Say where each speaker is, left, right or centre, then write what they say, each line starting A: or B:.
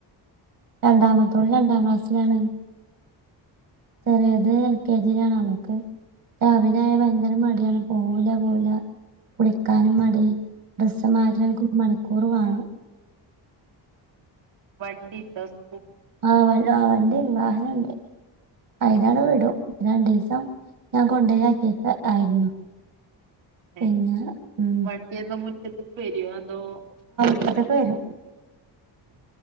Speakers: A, on the right; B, on the right.
A: രണ്ടാമത്തോള് രണ്ടാം ക്ലാസ്സിലാണ് ചെറിയത് എൽ കെ ജിയിലാണ് അവൾക്ക് രാവിലെ ആയാ ഭയങ്കര മടിയാണ് പോവൂലാ പോവൂലാ കുളിക്ക ക്കാനും മടി ഡ്രസ്സ് മാറ്റണെങ്കി
B: ഉം
A: ഒരു മണിക്കൂർ വേണം
B: വണ്ടി ഉണ്ടോ സ്
A: ആ വ ആ വണ്ടിണ്ട് വാഹനണ്ട് അയിലാാണ്
B: ആഹ്
A: വിടും പിന്നെ <unintelligible> <unintelligible> ഞാൻ കൊണ്ടോ യാക്കി അ ആയിരുന്നു
B: ഏ
A: പിന്നെ ഉം
B: വണ്ടിയൊക്കെ മുറ്റത്ത്ക്ക് വര്വോ അതോ
A: അതൊക്കെ വരും
B: ഉ